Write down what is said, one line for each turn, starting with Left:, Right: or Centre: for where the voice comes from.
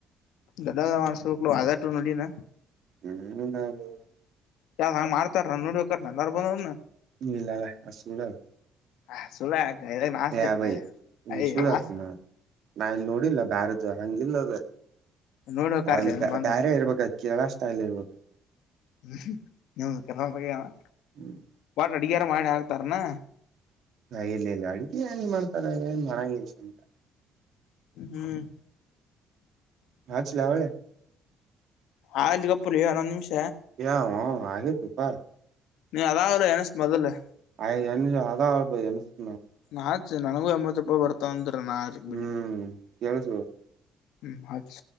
Left: ದಾ ದ ಮ ಸುಲ ಆದಟು ನುಡಿನ
Right: ಹ್ಮ ನಾವು
Left: ನಾ ಹಂಗ ಮಾಡ್ತಾರ ನೋಡ್ಬೇಕ ನಂದಾರಾ ಬಂದ್
Right: ಇಲ್ಲಳ ಅದ ಸುಳ್ಳಾದ
Left: ಹ ಸುಳ ಇದಾಗ ನಾಸ್ತಿರ್ನ
Right: ಯಾವ ಇನ್
Left: ಅಯ
Right: ಸುಳ್ತ್ನಾ
Left: ನಾಸ್
Right: ನಾಲ್ ನೋಡಿಲ್ಲ ಬಾರ ದ ಹಂಗಿಲ್ಲ ಅದ
Left: ನೋಡಿ ಹೋಕಾರ್ಲಿ
Right: ಅಲ್ಲಿ
Left: ಅನ್ ಬಂದ
Right: ಬೇರೆ ಇರ್ಬೇಕ ಕೇಳಷ್ಟೈಲಿ ಇರ್ಬೇಕ.
Left: ಹ್ಮ ನಿ ಕ ಆಗ್ಯಾನ
Right: ಹ್ಮ್
Left: ಅಡಗಾರ ಮಾಡಿ ಹಾಕ್ತಾರನ.
Right: ಇಲ್ಲ ಇಲ್ಲ ಅಡ್ಗೆ ಏನ್ ಮಾಡ್ತಾರ ಏನ್ ಮಾಡಂಗಿಲ್ಲ ಸುಮ್ಕ
Left: ಹ್ಮ.
Right: ಹಾಕ್ಸಲಿ ಹೊಳ್ಳಿ
Left: ಆಲ್ಲಿ ಗಪ್ಪಲೆ ಅನ್ನೊದ ನಿಂಶ
Right: ಯ ವ ಆಗೇತೋ ಪಾ
Left: ನೀ ಅದಾವಲ್ಲ ಎನಸ್ ಮೊದಲ
Right: ಆಯನ ಅದ ಆಳಬನ
Left: ನಾಚ ನನಗೂ ಎಂಬತ್ತ ರೂಪಾಯಿ ಬರ್ತ ಅಂದ್ರ. ನಾಚ ಬಿಡ್ಲಿ
Right: ಹ್ಮ್ ಕೇಳಸು
Left: ಹ್ಮ್ ಹಚ್ಚ.